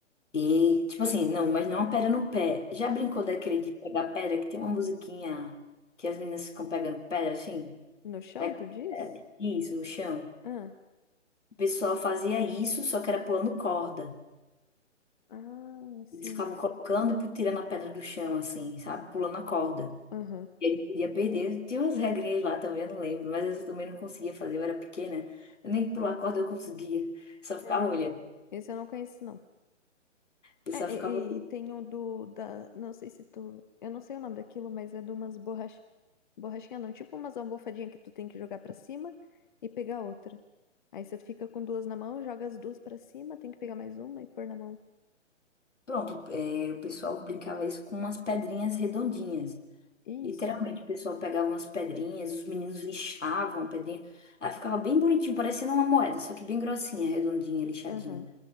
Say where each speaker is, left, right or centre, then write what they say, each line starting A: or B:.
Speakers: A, on the left; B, on the left.
A: E, tipo assim, não, mas não a pedra no pé. Já brincou daquele de pegar pedra, que tem uma musiquinha que as meninas ficam pegando pedra, assim?
B: No chão,
A: Pegam
B: tu diz?
A: pedra, isso, no chão.
B: Ah.
A: O pessoal fazia isso, só que era pulando corda.
B: Ah, sim.
A: Eles ficavam colocando e tirando a pedra do chão, assim, sabe? Pulando a corda.
B: Aham.
A: E ele podia perder. Tinha umas regrinhas lá também, eu não lembro. Mas essa eu também não conseguia fazer, eu era pequena. Eu nem pular corda eu conseguia. Só ficava
B: É,
A: olhando.
B: esse eu não conheço, não.
A: Eu só
B: É,
A: ficava...
B: e,
A: olhando.
B: e- e tem o do, da, não sei se tu, eu não sei o nome daquilo, mas é de umas borrach, borrachinha não, tipo umas almofadinhas que tu tem que jogar pra cima e pegar outra. Aí você fica com duas na mão, joga as duas pra cima, tem que pegar mais uma e pôr na mão.
A: Pronto, é, o pessoal brincava isso com umas pedrinhas redondinhas.
B: Isso.
A: Literalmente, o pessoal pegava umas pedrinhas, os meninos lixavam a pedrinha. Aí ficava bem bonitinho, parecendo uma moeda, só que bem grossinha, redondinha, lixadinha.
B: Aham.